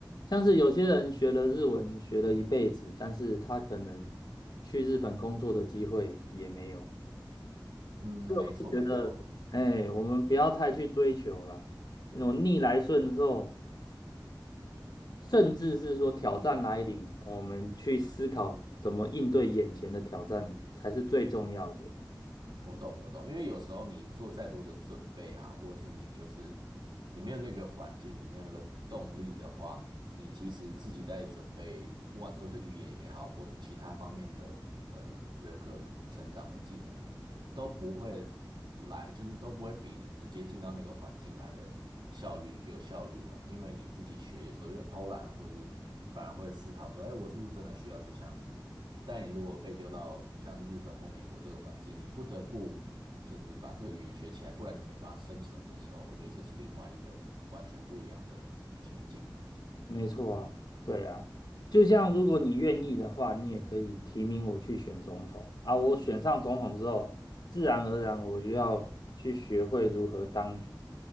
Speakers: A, on the left (about 60°); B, on the right (about 75°).
A: 像是有些人学了日文学了一辈子，但是他可能去日本工作的机会也没有。
B: 嗯，
A: 我是觉得，
B: 没错没错。
A: 哎，我们不要太去追求了，那种逆来顺受，甚至是说挑战来临，我们去思考怎么应对眼前的挑战才是最重要的。
B: 我懂，我懂，因为有时候你做再多的准备啊，或者是你就是你没有那个环境，你没有那个动力的话，你其实自己在准备，不管说是语言也好，或是其他方面的呃人格成长的技能，都不会来，就是都不会比你直接进到那个环境来的效率有效率啦。因为你自己学，有时候就会偷懒，或是反而会思考说，哎，我是不是真的需要这项能力？但你如果被丢到像日本或美国这个环境，你不得不就是把这个语言学起来，不然你没办法生存的时候，我觉得这是另外一个完全不一样的情景啊。
A: 没错啊，对啊，就像如果你愿意的话，你也可以提名我去选总统啊。我选上总统之后，自然而然我就要去学会如何当